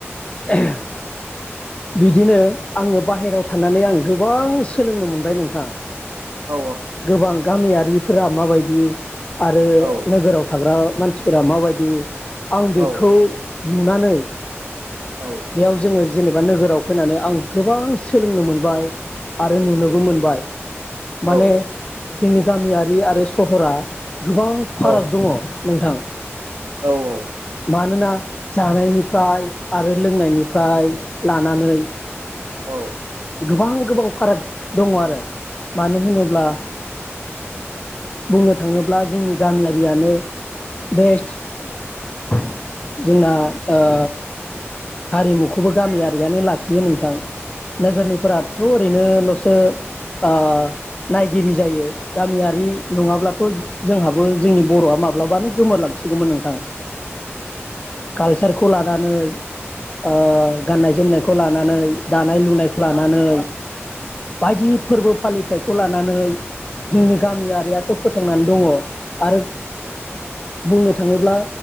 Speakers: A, on the left; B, on the right.
A: <unintelligible> बिदिनो आंङो बाहेरायाव थानानै आं गोबां सोलोंनो मोनबाय नोंथां ।
B: औ
A: गोबां गामियारिफोरा माबायदि आरो
B: औ
A: नोगोराव थाग्रा मानसिफोरा माबायदि आं बेखौ
B: औ
A: नुनानै
B: औ
A: बेयाव जोंङो एबा नोगोराव फैनानै आं गोबां सोलोंनो मोनबाय। आरो नुनोबो मोनबाय
B: औ
A: माने
B: औ
A: जोंनि गामियारि आरो सहरा गोबां
B: औ ओ औ
A: फाराग दङ। नोंथां।
B: औ औ
A: मानोना जानायनिफ्राय आरो लोंनायनिफ्राय लानानै
B: औ
A: गोबां गोबाव फाराग दङ आरो। मानो होनोब्ला बुंनो था थाङोब्ला जोंनि गामियारियानो बेसद। जोंना ओ हारिमुखौबो गामियारियानो लाखियो नोंथां। नोगोरनिफोराथ ओरैनो लसो सो ओ नायगिरि जायो। गामियारि नङाब्लाथ' जोंहाबो जोंनि बर'आ माब्लाबानो गोमोरलांसिगौमोन नोंथां कालचारखौ लानानै ओ गाननाय जोमनायखौ लानानै दानाय लुनायखौ लानानै बायदि फोरबो फालि थायखौ ला नानै जोंनि गामियारियासो फोथांनान दङ आरो बुंनो थाङोब्ला